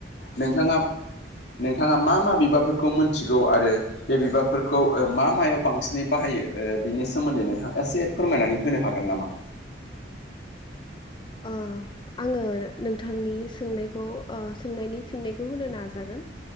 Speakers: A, on the left (about 70°); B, on the left (about 25°).
A: नोंथाङा नोंथाङा मा मा बिबारफोरखौ मोनथिगौ आरो बे बिबारफोरखौ ओं मा मायाव बांसिनै बाहायो ओं बिनि सोमोन्दै नोंथाङा एसे फोरमायनानै होनो हागोन नामा?
B: ओं आङो नोंथांनि सोंनायखौ ओं सोंनायनि फिननायखौ होनो नाजागोन।